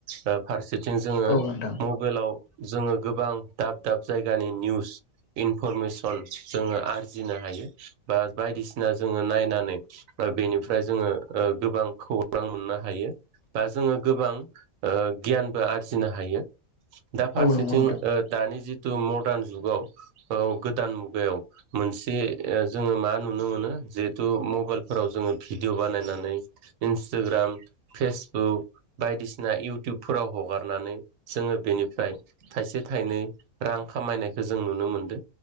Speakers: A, on the right; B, on the left.
A: ओ फारसेथिं जोङो
B: औ नोंथां
A: मबाइलाव जोङो गोबां दाब दाब जायगानि निउस इन इनफरमेसन जोङो आरजिनो हायो बा बायदिसिना जोङो नायनानै बेनि ओमफ्राय जोङो ओ गोबां खौरां मोननो हायो बा जोङो गोबां ओ गियानबो आरजिनो हायो। दा फारसेथिं
B: औ नंगौ नोंथां
A: ओ दानि जिहेतु मादाव जुगाव गोदान मुगायाव मोनसे जोङो मा नुनो नुनो मोनो जिहेतु मबाइलफोराव जोङो भिडिअ बानायनानै इन्सटाग्राम फेसबुक। बायदिसिना इउटुबफोराव हगारनानै जोङो बेनिफ्राय थाइसे थाइ थाखायनै रां खामायनायखौ जों नुनो मोनदों।